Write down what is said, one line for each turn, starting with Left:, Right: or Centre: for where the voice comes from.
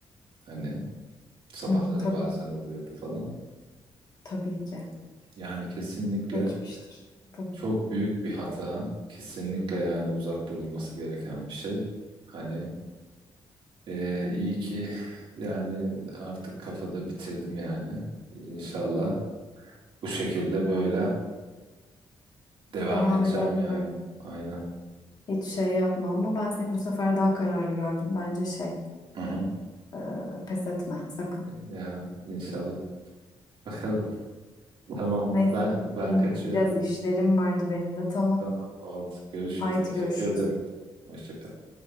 Right: hani sabahları
Left: Hı hı, tabii,
Right: bazen oluyordu falan.
Left: tabii ki.
Right: Yani kesinlikle
Left: Geçmiştir. Tabii.
Right: Çok büyük bir hata. Kesinlikle yani uzak durulması gereken bir şey. Hani eee, iyi ki yani artık kafada bitirdim yani. İnşallah bu şekilde böyle devam
Left: Devam
Right: edeceğim
Left: eder umarım.
Right: yani. Aynen.
Left: Hiç şey yapma ama ben seni bu sefer daha
Right: Evet.
Left: kararlı gördüm. Bence şey,
Right: Hı hı.
Left: e, pes etme sakın.
Right: Ya inşallah. Bakalım. Tamam.
Left: Neyse,
Right: Ben ben
Left: benim
Right: kaçıyorum.
Left: biraz işlerim vardı benim de. Tamam.
Right: Tamam oldu. Görüşürüz.
Left: Haydi
Right: Teşekkür
Left: görüşürüz.
Right: ederim. Hoşça kal.